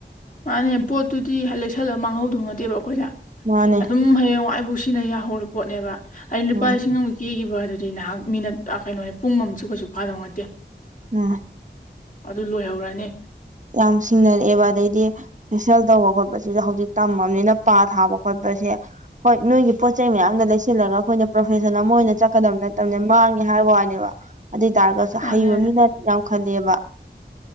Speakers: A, on the left (about 45°); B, on the right (about 40°).
A: ꯃꯥꯅꯦ ꯄꯣꯠꯇꯨꯗꯤ ꯂꯩꯁꯜꯂ ꯃꯥꯡꯍꯧꯗꯧ ꯅꯠꯇꯦꯕ ꯑꯩꯈꯣꯏꯗ
B: ꯃꯥꯅꯦ
A: ꯑꯗꯨꯝ ꯍꯌꯦꯡꯋꯥꯏꯐꯧ ꯁꯤꯅ ꯌꯥꯍꯧꯔ ꯄꯣꯠꯅꯦꯕ ꯑꯩ ꯂꯨꯄꯥ
B: ꯎꯝ
A: ꯂꯤꯁꯤꯡ ꯑꯃ <unintelligible> ꯀꯦꯒꯤꯕ ꯑꯗꯨꯗꯤ ꯅꯍꯥꯛ ꯃꯤꯅꯠ ꯀꯩꯅꯣꯅꯦ ꯄꯨꯡ ꯑꯃ ꯆꯨ ꯀꯩꯁꯨ ꯐꯥꯗꯧ ꯅꯠꯇꯦ
B: <unintelligible>
A: ꯑꯗꯨ ꯂꯣꯏꯍꯧꯔꯅꯤ
B: ꯌꯥꯝ ꯁꯤꯡꯅꯔꯛꯑꯦꯕ ꯑꯗꯩꯗꯤ ꯐꯦꯁꯤꯌꯦꯜ ꯇꯧꯕ ꯈꯣꯠꯄꯁꯤꯁꯨ ꯍꯧꯖꯤꯛ ꯇꯝꯃꯕꯅꯤꯅ ꯄꯥ ꯊꯥꯕ ꯈꯣꯠꯄꯁꯦ ꯍꯣꯏ ꯅꯣꯏꯒꯤ ꯄꯣꯠ ꯆꯩꯩ ꯃꯌꯥꯝꯅ ꯂꯩꯁꯤꯜꯂꯒ ꯑꯩꯈꯣꯏꯅ ꯄ꯭ꯔꯣꯐꯦꯁꯟ ꯑꯃ ꯑꯣꯏꯅ ꯆꯠꯀꯗꯕ ꯅꯠꯇꯕꯅꯦ ꯃꯥꯡꯉꯦ ꯍꯥꯏꯕ ꯋꯥꯅꯦꯕ ꯑꯗꯨꯏ ꯇꯥꯔꯒꯁꯨ
A: ꯑꯗꯨꯅꯦ
B: ꯍꯩꯕ ꯃꯤꯅ ꯌꯥꯝ ꯈꯜꯂꯦꯕ